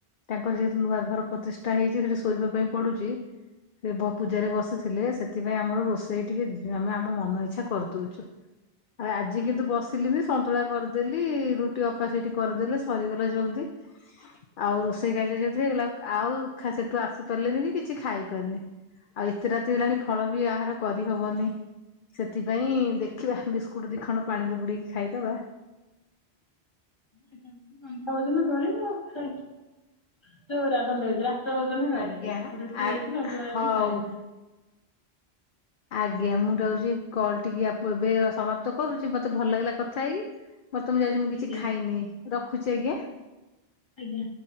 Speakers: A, on the left (about 60°); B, on the left (about 25°).
A: ତାଙ୍କର ଯେହେତୁ ନୂଆ ଘର ପ୍ରତିଷ୍ଠା ହେଇଛି, ସେଠି ଶୋଇବା ପାଇଁ ପଡୁଛି ସେ ବ ପୂଜାରେ ବସିଥିଲେ, ସେଥିପାଇଁ ଆମର ରୋଷେଇ ଟିକେ ଆମେ ଆମ ମନ ଇଚ୍ଛା କରିଦଉଚୁ। ଆଉ ଆଜି କିନ୍ତୁ ବସିଲିନି, ସନ୍ତୁଳା କରିଦେଲି, ରୁଟି ଅପା ସେଇଠି କରିଦେଲେ ସ ସରିଗଲା ଜଲଦି ଆଉ ରୋଷେଇ କାର୍ଯ୍ୟ ଯେହେତୁ ହେଇଗଲା, ଆଉ ଖା ସେଠୁ ଆସିପାରିଲିନି କି କିଛି ଖାଇପାରିନି। ଆଉ ଏତେ ରାତି ହେଲାଣି ଫଳ ବି ଆହାର କରିହବନି। ସେଥିପାଇଁ ଦେଖିବା, ବିସ୍କୁଟ ଦିଖଣ୍ଡ ପାଣିରେ ବୁଡେଇକି ଖାଇଦବା।
B: <unintelligible> ଭୋଜନ କରିବ, ଯୋଉ <unintelligible> <unintelligible> ଭୋଜନ ହିଁ କରିବେ,
A: ଆଜ୍ଞା
B: ରୁଟି
A: ଆ
B: ହେଇଛି, ସନ୍ତୁଳା
A: ହଉ।
B: ହେଇଛି, ଖାଇବେ।
A: ଆଜ୍ଞା। ମୁଁ ଯାଉଛି କଲ୍ ଟିକି ଏବେ ସମାପ୍ତ କରୁଛି, ମତେ ଭଲ ଲାଗିଲା କଥା ହେଇକି ମର ତମେ ଯାଉଛ ମୁଁ କିଛି
B: ଆଜ୍ଞା
A: ଖାଇନେଇଁ, ରଖୁଛି ଆଜ୍ଞା?
B: ଆଜ୍ଞା।